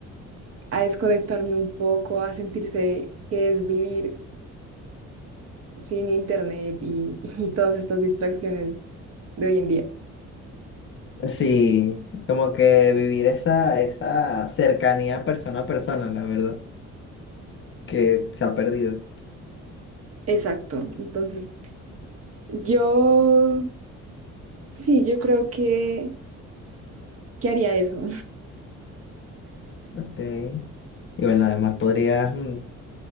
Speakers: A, on the right (about 50°); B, on the left (about 40°).
A: a desconectarme un poco, a sentirse que es vivir sin internet y, <laughs> y todas estas distracciones de hoy en día.
B: Sí, como que vivir esa, esa cercanía persona a persona, la verdad, que se ha perdido.
A: Exacto. Entonces, yo, sí, yo creo que, que haría eso.
B: Ok. Y bueno, además podrías mm,